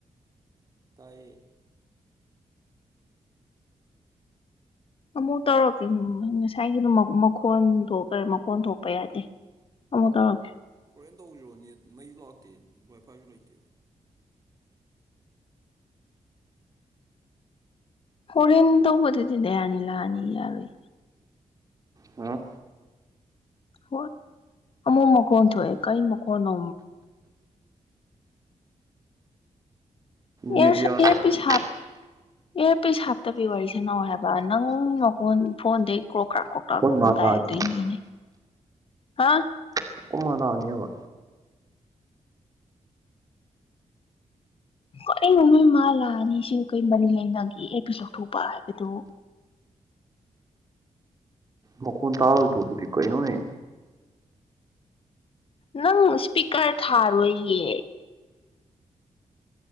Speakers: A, on the right; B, on the left.
A: ꯇꯥꯏ
B: ꯑꯃꯨꯛ ꯇꯧꯔꯛꯀꯦ ꯉꯁꯥꯏꯒꯤꯗ ꯃꯈꯣꯟ ꯊꯣꯛꯈꯔꯦ ꯃꯈꯣꯟ ꯊꯣꯛꯄ ꯌꯥꯗꯦ ꯑꯃꯨꯛ ꯇꯧꯔꯛꯀꯦ
A: ꯍꯣꯔꯦꯟ ꯇꯧꯕꯤꯔꯛꯑꯣꯅꯦ ꯃꯩꯁꯨ ꯂꯥꯛꯇꯦ ꯋꯥꯏꯐꯥꯏꯁꯨ ꯂꯩꯇꯦ
B: ꯍꯧꯔꯦꯟ ꯇꯧꯕꯗꯨꯗꯤꯅꯦ ꯗꯌꯥꯅꯤ ꯂꯥꯛꯑꯅꯤ ꯌꯥꯔꯣꯏ
A: ꯑ
B: ꯍꯣꯏ ꯑꯃꯨꯛ ꯃꯈꯣꯟ ꯊꯣꯛꯑꯦ ꯀꯔꯤ ꯃꯈꯀꯣꯟꯅꯣ
A: ꯅꯦꯠ
B: ꯑꯦꯔ
A: ꯌꯥꯗꯦ ꯑꯩꯈꯣꯏ
B: ꯄꯤꯁꯞ ꯍꯥꯄ ꯑꯦꯔ ꯄꯤꯁ ꯁꯥꯞꯇꯕꯤ ꯋꯥꯔꯤꯁꯅꯧ ꯍꯥꯏꯕ ꯅꯪ ꯐꯣꯟꯗꯤ ꯀ꯭ꯔꯣ ꯀ꯭ꯔꯥ ꯀ꯭ꯔꯣꯛꯀꯔꯛ ꯃꯈꯣꯟ
A: ꯃꯥ ꯂꯥꯛꯑꯗꯤ
B: ꯇꯥꯏꯗꯣꯏꯅꯤꯅꯦ ꯍꯥ
A: ꯑꯩꯈꯣꯏ ꯃꯥ ꯂꯛꯑꯅꯤꯕ
B: ꯀꯔꯤꯅꯣ ꯃꯣꯏ ꯃꯥ ꯂꯥꯛꯑꯅꯤ ꯁꯤ ꯀꯔꯤ ꯃꯔꯝ ꯂꯩꯅꯒꯤ ꯑꯦꯔ ꯄꯤꯁ ꯂꯧꯊꯣꯛꯄ ꯍꯥꯏꯕꯗꯨ
A: ꯃꯈꯣꯟ ꯇꯥꯔꯣꯏꯗꯔꯣ ꯑꯗꯨꯗꯤ ꯀꯩꯅꯣꯅꯦ꯫
B: ꯅꯪ ꯏꯁꯄꯤꯀꯔ ꯊꯥꯔꯣꯏꯌꯦ